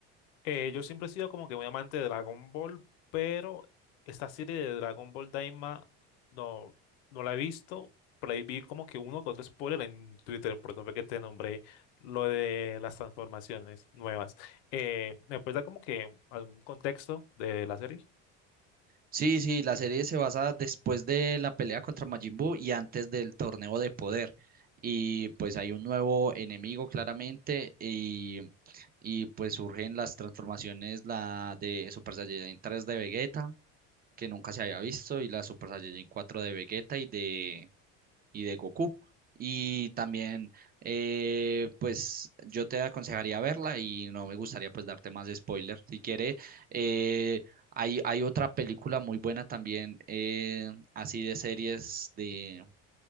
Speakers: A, on the left; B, on the right.
A: Eh, yo siempre he sido como que muy amante de Dragon Ball, pero esta serie de Dragon Ball Daima no, no la he visto. Por ahí vi como que uno con otro spoiler en Twitter, por eso fue que te nombré lo de las transformaciones nuevas. Eh, ¿me puedes dar como que algún contexto de la serie?
B: Sí, sí, la serie se basa después de la pelea contra Majin Buu y antes del torneo de poder. Y pues hay un nuevo enemigo claramente y, y pues surgen las transformaciones, la de Super Saiyajin tres de Vegeta, que nunca se había visto, y la Super Saiyajin cuatro de Vegeta y de, y de Goku. Y también, eh, pues yo te aconsejaría verla y no me gustaría pues darte más spoiler. Si quiere, eh, hay, hay otra película muy buena también, eh, así de series de,